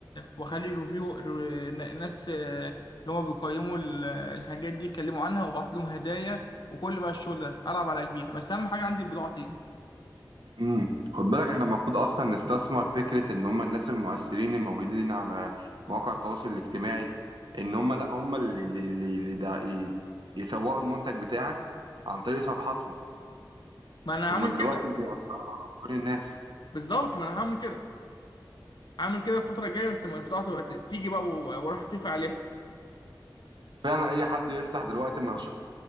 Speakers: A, on the left (about 65°); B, on the right (about 75°).
A: واخلي ريفيو ر- ناس آه، اللي هما بيقيموا ال- الحاجات دي يتكلموا عنها وابعت لهم هدايا وكل بقى الشغل ده العب على كبير بس اهم حاجة عندي البضاعة تيجي
B: امم خد بالك احنا المفروض اصلا نستثمر فكرة ان هم الناس المؤثرين الموجودين على مواقع التواصل الاجتماعي ان هم لا هم اللي اللي اللي اللي دع- ي- يسوقوا المنتج بتاعك عن طريق صفحاتهم
A: ما انا
B: هم
A: هعمل
B: دلوقتي
A: كده
B: بيأثروا على افكار الناس
A: بالظبط ما انا هعمل كده عامل كده الفترة الجاية بس لما البضاعة تبقى ت- تيجي بقى و- واروح اتفق عليها
B: فعلا اي حد بيفتح دلوقتي مشروع